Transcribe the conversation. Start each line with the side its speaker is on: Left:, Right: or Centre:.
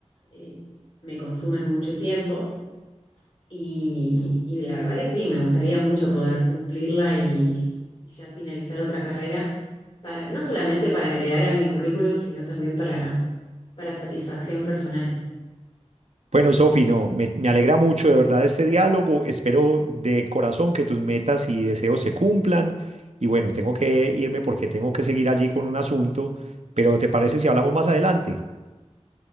Left: eh, me consumen mucho tiempo. Y, y la verdad que sí, me gustaría mucho poder cumplirla y, y ya finalizar otra carrera para, no solamente para agregar a mi currículum, sino también para, para satisfacción personal.
Right: Bueno, Sofi, no, me, me alegra mucho de verdad este diálogo. Espero de corazón que tus metas y deseos se cumplan. Y bueno, tengo que irme porque tengo que seguir allí con un asunto, pero ¿te parece si hablamos más adelante?